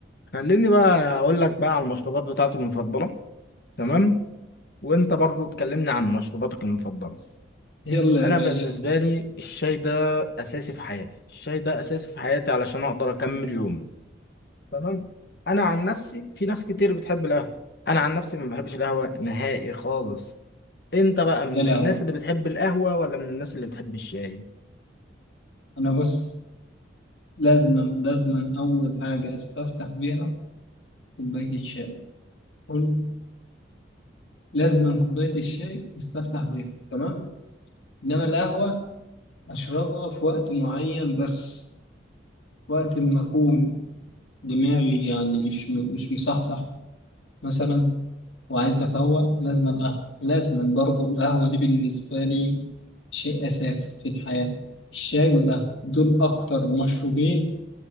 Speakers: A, on the left; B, on the left.
A: خليني بقى اقول لك بقى على المشروبات بتاعتي المفضله تمام وانت برضو تكلمني عن مشروباتك المفضله
B: يلا
A: انا
B: يا باشا
A: بالنسبه لي الشاي ده اساسي في حياتي الشاي ده اساسي في حياتي علشان اقدر اكمل يومي تمام انا عن نفسي في ناس كتير بتحب القهوه انا عن نفسي ما بحبش القهوه نهائي خالص انت بقى من
B: يا لهوي
A: الناس اللي بتحب القهوه ولا من الناس اللي بتحب الشاي
B: انا بص لازما لازما اول حاجه استفتح بيها كوبايه الشاي قول لازما كوبايه الشاي استفتح بيها تمام انما القهوه اشربها في وقت معين بس وقت ما اكون دماغي يعني مش مش مصحصح مثلا وعايز افوق لازما قهوه لازما برضو القهوه دي بالنسبه لي شيء اساسي في الحياه الشاي والقهوه دول اكتر مشروبين